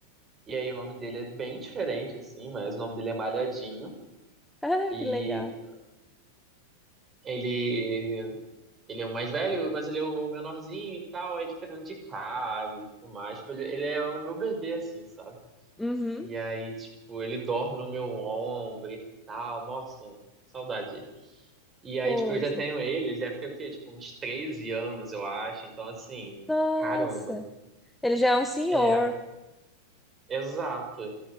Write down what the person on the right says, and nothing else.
e aí o nome dele é bem diferente, assim, mas o nome dele é Malhadinho.
E
ele, ele é o mais velho, mas ele é o menorzinho e tal, aí ele fica dentro de casa e tudo mais. Tipo, Ele, ele é o meu bebê, assim, sabe?
E aí, tipo, ele dorme no meu ombro e tal. Nossa, saudade. E aí,
tipo, eu já
tenho ele, ele deve ter o quê? Tipo, uns 13 anos, eu acho. Então, assim,
caramba.
É, exato.